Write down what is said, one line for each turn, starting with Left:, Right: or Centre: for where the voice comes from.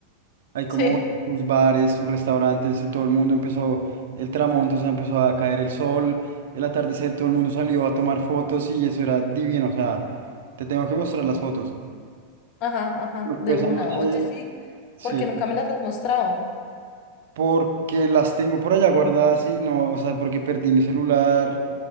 Right: Hay como
Left: sí,
Right: bueno, sus bares, sus restaurantes, y todo el mundo empezó, el tramonto, o sea, empezó a caer el sol, el atardecer, todo el mundo salió a tomar fotos y eso era divino, o sea, te tengo que mostrar las fotos.
Left: ajá, ajá,
Right: Bueno,
Left: de
Right: pero
Left: una.
Right: pues, esa noche,
Left: Oye, sí,
Right: sí,
Left: porque nunca me las has mostrado,
Right: porque las tengo por allá guardadas y no, o sea, porque perdí mi celular